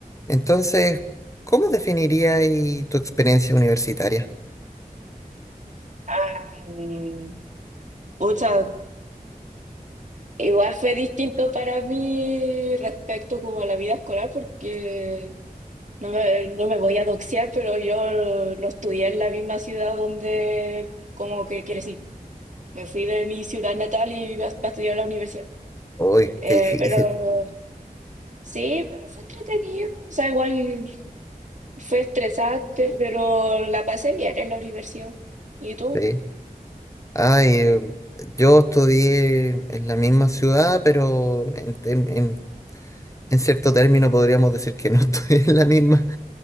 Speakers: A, on the left (about 20°); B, on the right (about 55°).
A: Entonces, ¿cómo definirías tu experiencia universitaria?
B: Am, pucha, igual fue distinto para mí respecto como a la vida escolar porque no me, no me voy a doxear, pero yo no estudié en la misma ciudad donde como que crecí. Me fui de mi ciudad natal y iba para estudiar a la universidad.
A: Uy,
B: Eh,
A: qué difícil.
B: pero sí, pero fue entretenido. O sea, igual fue estresante, pero la pasé bien en la universidad. ¿Y tú?
A: Sí. Ay, eh, yo estudié en la misma ciudad, pero en, en- en- en cierto término podríamos decir que no <laughs> estudié en la misma,